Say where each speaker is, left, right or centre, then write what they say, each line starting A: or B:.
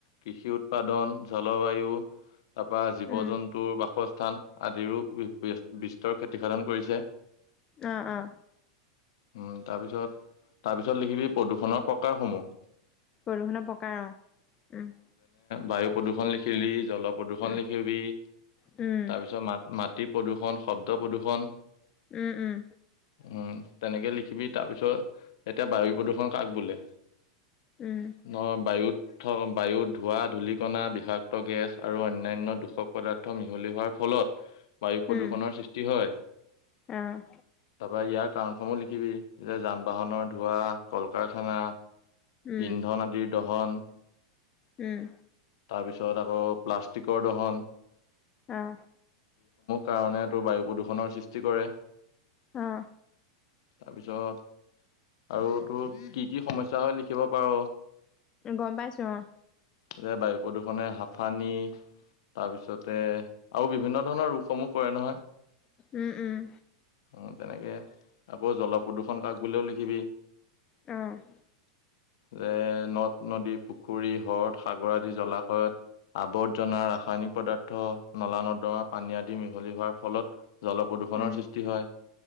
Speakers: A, on the left; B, on the left.
A: কৃষি উৎপাদন জলবায়ু <unintelligible> তাপা জীৱ
B: উম,
A: জন্তুৰ বাসস্থ থান আদিৰো উইব বেস্ত বিস্তৰ ক্ষতিসাধন কৰিছে।
B: অ', অ',
A: উম, তাপিছত তাপিছত লিখিবি প্ৰদূষণৰ প্ৰকাৰসমূহ।
B: বৰষুণৰ প্ৰকাৰ অ', উম।
A: বায়ু প্ৰদূষণ লিখিলি জল প্ৰদূষণ
B: উম,
A: লিখিবি,
B: উম।
A: তাৰপিছত মা মাটিত প্ৰদূষণ শব্দ প্ৰদূষণ।
B: উম, উম,
A: উম, তেনেকে লিখিবি তা পিছত, এতিয়া বায়ু প্ৰদূষণ কাক বোলে?
B: উম,
A: ন বায়ুত ঠগম বায়ুত ধোৱা ধূলিকনা বিষাক্ত গেছ আৰু অন্যান্য দোষক পদাৰ্থ মিহলি হোৱাৰ ফলত বায়ু প্ৰদূষণৰ
B: উম,
A: সৃষ্টি হয়। <unintelligible>
B: অ',
A: কাৰণসমূহ লিখিবি যে যান বাহনৰ ধোঁৱা, কল কাৰখানা
B: উম,
A: ইন্ধন আদিৰ দহন।
B: উম।
A: তাৰপিছত আকৌ প্লাষ্টিকৰ দহন।
B: অ'।
A: কাৰণেটো বায়ু প্ৰদূষণৰ সৃষ্টি কৰে।
B: অহ
A: তাপিছত, আৰু তোৰ কি কি সমস্যা হয় লিখিব পাৰ
B: গম পাইছো অ',
A: যে বায়ু প্ৰদূষণে হাফা উম, তাৰপিছতে আৰু বিভিন্ন ধৰণৰ ৰোগসমূহ কৰে নহয়
B: উম, উম।
A: অ' তেনেকে, আকৌ জলপ্ৰদূষণ কাক বুলেও লিখিবি।
B: অ'
A: যে নদ- নদী, পুখুৰী, হ্ৰদ, সাগৰ আদি জলাশয়ত আৱৰ্জনা, ৰাসায়নিক পদাৰ্থ, নলা নৰ্দমা পানী আদি মিহলি হোৱাৰ ফলত জলপ্ৰদূষণৰ
B: উম,
A: সৃষ্টি হয়।